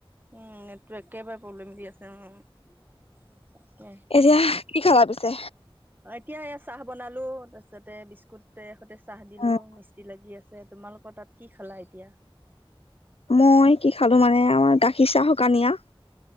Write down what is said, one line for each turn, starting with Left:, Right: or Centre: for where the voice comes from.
Right: উম নেটটোৱে একেবাৰে প্ৰব্লেম দি আছে উম। তাকে।
Left: এতিয়া কি খাবা পিছে?
Right: এতিয়া এয়া চাহ বনালো তাৰপিছতে বিস্কুটতে সৈতে চাহ দিলোঁ
Left: উম
Right: মিস্ত্ৰী লাগি আছ তোমালোকৰ তাত কি খালা এতিয়া?
Left: মই কি খালো মানে আমাৰ গাখীৰ চাহ শুকানিয়া।